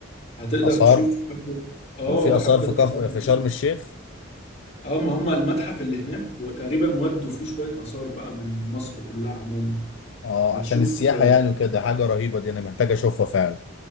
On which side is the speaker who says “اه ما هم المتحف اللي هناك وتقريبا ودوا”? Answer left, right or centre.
Left